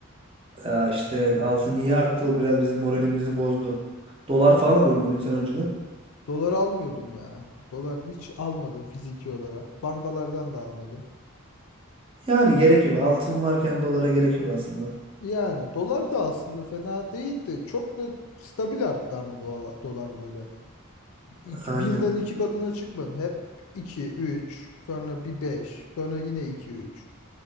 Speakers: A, on the right; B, on the left.
A: Ya işte evet altın iyi arttı o biraz bizim moralimizi bozdu.
B: Valla.
A: Dolar falan alıyor muydun sen önceden?
B: Dolar almıyordum ya. Dolar hiç almadım fiziki olarak. Bankalardan da almadım.
A: Yani gerek yok. Altın varken dolara gerek yok aslında.
B: Yani dolar da aslında fena değildi. Çok da stabil arttı ama dolar, dolar böyle. İk-
A: Aynen.
B: birden iki katına çıkmadı. Hep 2 3 sonra bir 5 sonra yine 2 üç